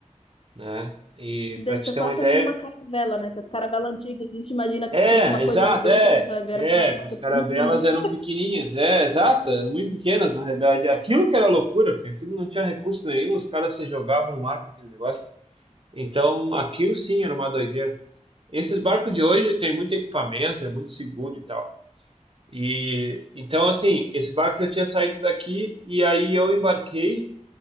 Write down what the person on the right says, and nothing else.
né? E
para te
ter
uma ideia,
É,
exato,
é.
É,
as caravelas
eram pequenininhas, é, exato, eram muito pequenas, na realidade. Aquilo que era loucura, porque aquilo não tinha recurso nenhum, os caras se jogavam no mar com aquele negócio. Então, aquilo sim era uma doideira. Esses barcos de hoje têm muito equipamento, é muito seguro e tal. E então, assim, esse barco eu tinha saído daqui e aí eu embarquei